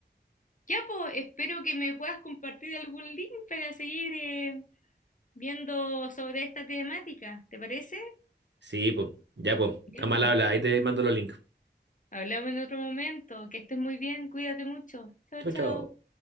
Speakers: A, on the left; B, on the right.
A: Ya, pues, espero que me puedas compartir algún link para seguir eh, viendo sobre esta temática. ¿Te parece?
B: Sí, pues, ya, pues,
A: Ya,
B: está mal
A: po.
B: habla. Ahí te mando los links.
A: Hablamos en otro momento. Que estés muy bien, cuídate mucho. Chao,
B: Chau,
A: chao.
B: chau.